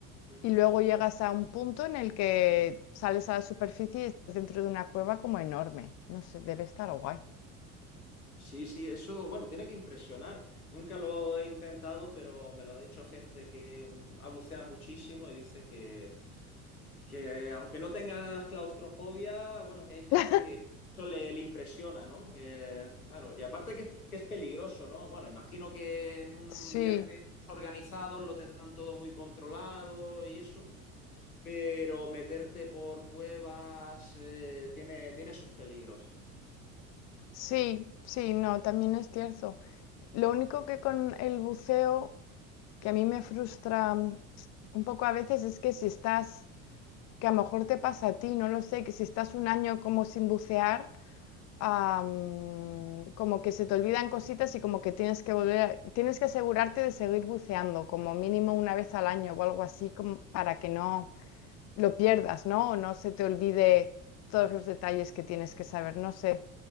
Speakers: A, on the left (about 80°); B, on the left (about 40°).
A: Ujú.
B: y luego llegas a un punto en el que sales a la superficie y estás dentro de una cueva como enorme. No sé, debe estar guay.
A: Sí, sí, eso, bueno, tiene que impresionar. Nunca lo he intentado, pero me lo ha dicho gente que mm, ha buceado muchísimo y dice que, que aunque no tengas claustrofobia, bueno, que hay gente
B: <laughs>
A: que eso le, le impresiona, ¿no? Que, claro, y aparte que es, que es peligroso, ¿no? Bueno, imagino que en un
B: Sí,
A: viaje organizado lo tendrán todo muy controlado y eso, pero meterte por cuevas eh, tiene, tiene sus peligros.
B: sí, sí, no, también es cierto. Lo único que con el buceo que a mí me frustra mm, un poco a veces es que si estás, que a lo mejor te pasa a ti, no lo sé, que si estás un año como sin bucear, ah, mm, como que se te olvidan cositas y como que tienes que volver, a- tienes que asegurarte de seguir buceando, como mínimo una vez al año o algo así, como para que no lo pierdas, ¿no? O no se te olvide todos los detalles que tienes que saber, no sé.